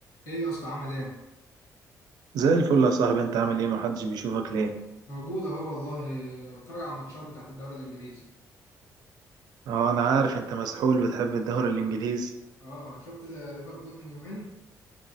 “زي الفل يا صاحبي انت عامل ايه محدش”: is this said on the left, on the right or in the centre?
Right